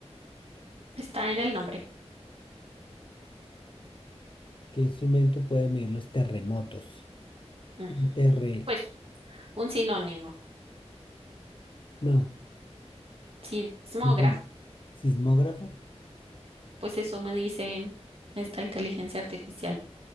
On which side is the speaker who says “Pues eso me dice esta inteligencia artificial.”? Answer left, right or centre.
Right